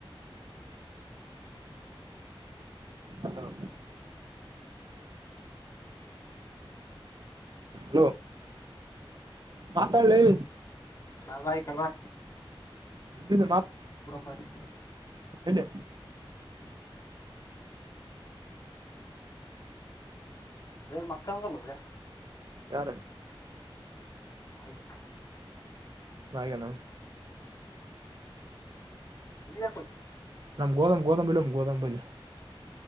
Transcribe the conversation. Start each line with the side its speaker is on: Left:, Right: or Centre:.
Right: Hello hello. ಮಾತಾಳ್ಳಿ.
Left: ನಾ ಭಾಯ್ ಕಡವಾ.
Right: ಇದ.
Left: ಕುಡಂಬಾಜಿ.
Right: ಹೇಳಲ್ಲ.
Left: ಹಾ ಅಲ್ ಮಕ್ಕಂಗಲ್ಲದ
Right: ಯಾರು
Left: ಹಾಗೆ
Right: ಹಾಗಣ
Left: ತಿನಿಯ ಕೊ
Right: ನಮ್ ಗೋದ್ ಗೋದಂಬಲಮ ಗೋದಂಬಲ್